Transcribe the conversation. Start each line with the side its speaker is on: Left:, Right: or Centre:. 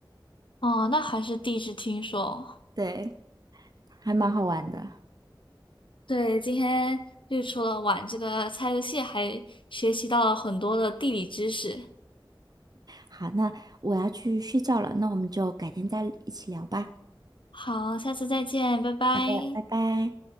Left: 哦，那还是第一次听说。
Right: <laughs> 对，还蛮好玩的。
Left: 对，今天就除了玩这个猜游戏，还学习到了很多的地理知识。
Right: 好，那我要去睡觉了，那我们就改天再一起聊吧。
Left: 好，下次再见，拜拜。
Right: 好的，拜拜。